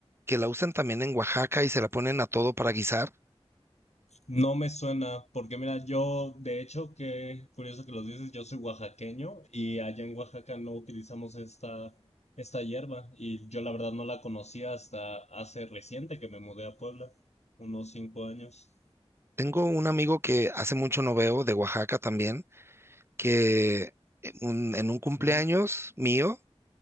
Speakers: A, on the right; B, on the left.
A: que la usan también en Oaxaca y se la ponen a todo para guisar.
B: No me suena, porque mira, yo, de hecho, que curioso que lo dices, yo soy oaxaqueño y allá en Oaxaca no utilizamos esta, esta hierba y yo la verdad no la conocía hasta hace reciente que me mudé a Puebla, unos cinco años.
A: Tengo un amigo que hace mucho no veo de Oaxaca también, que en un, en un cumpleaños
B: Mm,
A: mío,